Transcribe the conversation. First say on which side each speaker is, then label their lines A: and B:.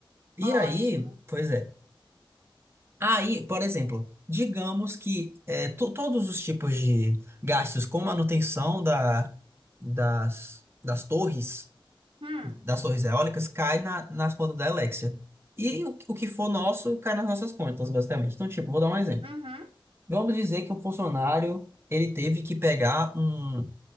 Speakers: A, on the right (about 25°); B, on the right (about 85°).
A: E
B: Ótimo.
A: aí, pois é. Aí, por exemplo, digamos que é, to- todos os tipos de gastos com manutenção da, das, das torres,
B: Hum,
A: das torres eólicas, cai na, nas contas da Alexia. E o, o que for nosso cai nas nossas contas, basicamente. Então, tipo, vou dar um exemplo.
B: uhum,
A: Vamos dizer que o funcionário ele teve que pegar um,